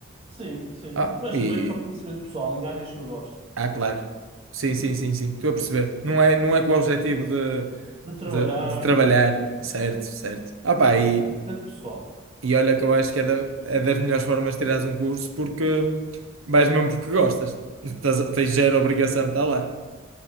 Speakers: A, on the right; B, on the right.
A: Sim, sim,
B: Ah,
A: mas
B: e...
A: mais para conhecimento pessoal, em áreas que eu gosto,
B: ah, claro. Sim, sim, sim, sim. Estou a perceber. Não é, não é com o objetivo de,
A: de trabalhar
B: de, de trabalhar.
A: e tudo mais.
B: Certo, certo. Ah, pá,
A: É
B: e,
A: para conhecimento pessoal,
B: e olha que eu acho que é, da- é das melhores formas de tirares um curso porque vais mesmo porque gostas. Tás- tens zero obrigação de estar lá.